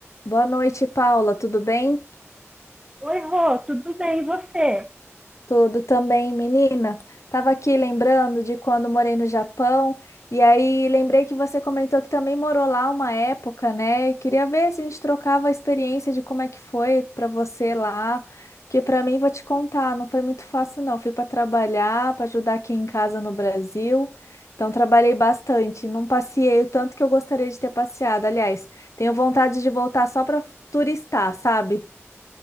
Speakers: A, on the left; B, on the right.
A: Boa noite, Paula. Tudo bem?
B: Oi, Rô, tudo bem, e você?
A: Tudo também, menina. Tava aqui lembrando de quando morei no Japão e aí lembrei que você comentou que também morou lá uma época, né? E queria ver se a gente trocava a experiência de como é que foi para você lá, porque para mim vou te contar, não foi muito fácil não. Fui para trabalhar, para ajudar aqui em casa no Brasil. Então trabalhei bastante, não passeei o tanto que eu gostaria de ter passeado. Aliás, tenho vontade de voltar só para turistar, sabe?